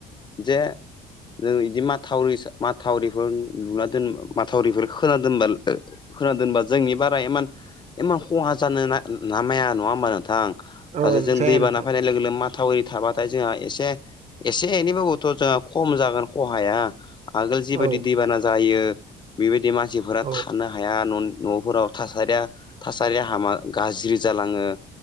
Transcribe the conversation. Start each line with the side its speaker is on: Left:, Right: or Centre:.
Left: जे जों बिदि माथावरि माथावरिफोर लुना दोन माथावरिफोर खोना दोनबा खोनादोंनबा जोंनि बारा इमान इमान खहा जानो नामाया नङा होमबा नोंथां दासो
Right: औ
Left: जों
Right: जाया
Left: दै बाना
Right: नोंथां
Left: फैनाय लोगो लोगो माथ थावरि थाबाथाय जोंहा एसे एसे एनैबाबोथ' जोंहा खम जागोन खहाया आगोल जिबायदि
Right: औ
Left: दैबाना जायो बेबायदि मानसिफोरा
Right: औ
Left: थानो हाया न न'फोराव थासारिया थासारिया हामा गाज्रि जालाङो